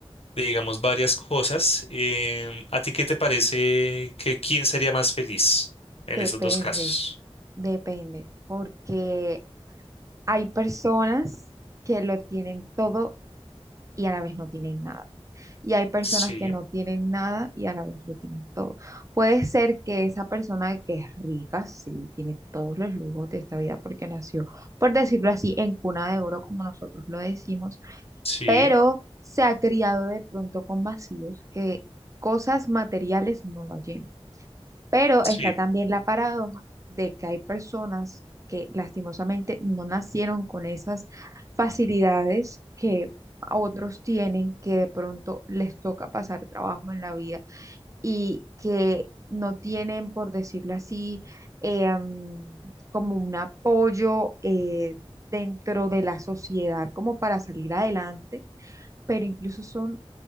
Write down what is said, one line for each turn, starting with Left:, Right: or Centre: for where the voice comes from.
Left: de, digamos, varias cosas. Em, ¿a ti qué te parece que quién sería más feliz en
Right: Depende,
Left: esos dos casos?
Right: depende, porque hay personas que lo tienen todo y a la vez no tienen nada. Y hay personas
Left: Sí,
Right: que no tienen nada y a la vez lo tienen todo. Puede ser que esa persona que es rica, sí, tiene todos los lujos de esta vida porque nació, por decirlo así, en cuna de oro, como nosotros lo decimos,
Left: sí,
Right: pero se ha criado de pronto con vacíos que cosas materiales no lo llenan. Pero
Left: sí,
Right: está también la paradoja de que hay personas que lastimosamente no nacieron con esas facilidades que otros tienen, que de pronto les toca pasar trabajo en la vida y que no tienen, por decirlo así, eh, mm, como un apoyo eh, dentro de la sociedad como para salir adelante pero incluso son